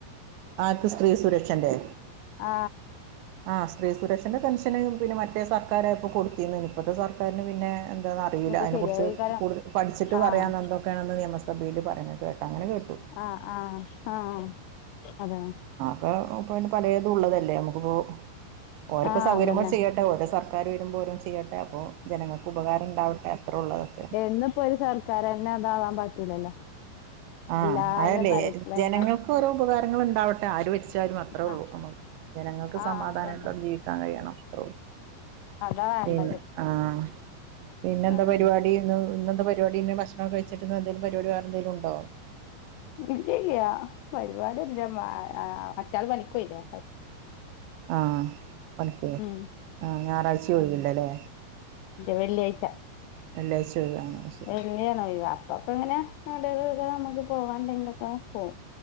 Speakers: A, on the right; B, on the left.
A: ആർക്ക് സ്ത്രീ സുരക്ഷന്റെ.
B: ആ
A: ആഹ് സ്ത്രീ സുരക്ഷന്റെ പെൻഷന് പിന്നെ മറ്റേ സർക്കാരായപ്പൊ കൊടുത്തീന്നു. ഇപ്പത്തെ സർക്കാരിന് പിന്നെ. എന്താന്ന് അറിയൂല്ല.
B: ഇനിയിപ്പ
A: അതിനെക്കുറിച്ച്
B: ശരിയാവേക്കാരം
A: കൂടുതൽ പഠിച്ചിട്ട്
B: ആഹ്
A: പറയാന്ന എന്തൊക്കെയണെന്ന് നിയമസഭേല് പറയുന്നത് കേട്ടാ. അങ്ങനെ കേട്ടു.
B: ആഹ് ആഹ് ആഹ് അതെ
A: ഇപ്പോ പിന്നെ പലേതു ഉള്ളതല്ലേ നമുക്ക്പ്പോ ഓരെക്ക
B: ആഹ്
A: സൗകര്യം
B: അതന്നെ
A: പോലെ ചെയ്യട്ടെ. ഓരോ സർക്കാർ വരുമ്പോരോന്ന് ചെയ്യട്ടെ. അപ്പോ ജനങ്ങൾക്ക് ഉപകാരം ഇണ്ടാവട്ടെ അത്ര ഒള്ളു അതൊക്കെ.
B: എന്നിപ്പൊരു സർ കാരന്നെ അതാവാൻ പറ്റൂലല്ലോ.
A: ആഹ്
B: എല്ലാരും
A: അതല്ലെ.
B: ഭ ഭരണം
A: ജനങ്ങൾക്ക് ഓരോ ഉപകാരങ്ങള് ഇണ്ടാവട്ടെ ആര് ഭ രിച്ചാലും അത്രള്ളു
B: ആഹ്
A: നമ്മക്ക്. ജനങ്ങൾക്ക്
B: ആഹ്
A: സമാധാനത്തോട്
B: അതന്നെ
A: ജീവിക്കാൻ കഴിയണം. അത്രള്ളു.
B: അതാ വേണ്ടത്
A: പിന്നെ ആഹ്. പിന്നെന്താ
B: ആഹ്
A: പരിപാടി. ഇന്ന് ഇന്നെന്താ പരിപാടി ഭക്ഷണോക്കെ കഴിച്ചിട്ട് ഇന്ന് എന്തേലും പരിപാടി വേറെ എന്തേലും ഉണ്ടോ.
B: ഇല്ല ഇല്യ. പരിപാട്യാെന്നുല്ലമ്മാ മറ്റാള് പണിക്ക് പോയില്ലെ.
A: ആഹ് പണിക്കോയൊ.
B: ഉം
A: ഏഹ് ഞായറാഴ്ച ഒഴിവില്ലലെ.
B: വെള്ള്യാഴ്ച്ച
A: വെള്ളാഴ്ച്ച ഒഴിവ് ആ ശെരി.
B: <unintelligible> അപ്പൊ പിന്നെ <unintelligible> ഇങ്ങനെ നമുക്ക് പോവാണ്ടെങ്കിലൊക്കെ പോകും.